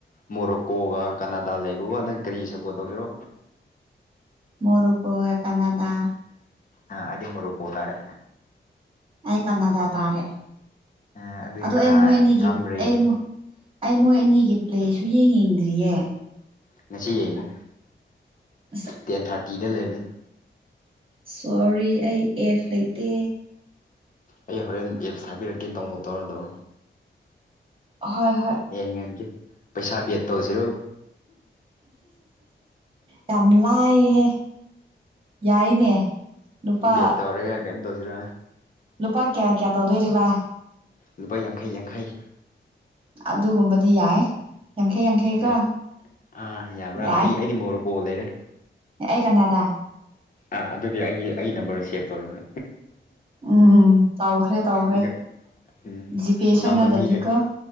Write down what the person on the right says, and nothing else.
<unintelligible> ꯨꯈꯀꯗꯥ
ꯑꯩ ꯀꯅꯥꯗꯥ ꯇꯥꯔꯦ
ꯑꯗꯨ
ꯑꯩ ꯃꯣꯏ ꯑꯅꯤꯒꯤ
ꯑꯩ ꯑꯩ ꯃꯣꯏ ꯑꯅꯤꯒꯤ ꯄ꯭ꯂꯦꯁꯨ ꯌꯦꯡꯅꯤꯡꯗ꯭ꯔꯤꯌꯦ
ꯑꯁ
ꯁꯣꯔꯤ ꯑꯩ ꯑꯦꯐ ꯂꯩꯇꯦ
ꯍꯣꯏ ꯍꯣꯏ
ꯌꯥꯝ ꯂꯥꯏꯌꯦꯍꯦ ꯌꯥꯏꯅꯦ ꯂꯨꯄꯥ
ꯂꯨꯄꯥ ꯀꯌꯥ ꯀꯌꯥ ꯇꯧꯗꯣꯏꯔꯤꯕ
ꯑꯗꯨꯒꯨꯝꯕꯗꯤ ꯌꯥꯏ ꯌꯥꯡꯈꯩ ꯌꯥꯡꯈꯩꯀꯣ
ꯌꯥꯏ
ꯑꯩ ꯀꯅꯥꯗꯥ
ꯎꯝ ꯎꯝ ꯇꯧꯈ꯭ꯔꯦ ꯇꯧꯈ꯭ꯔꯦ
ꯖꯤꯄꯦ ꯁꯣꯏꯅꯗꯕꯤꯀꯣ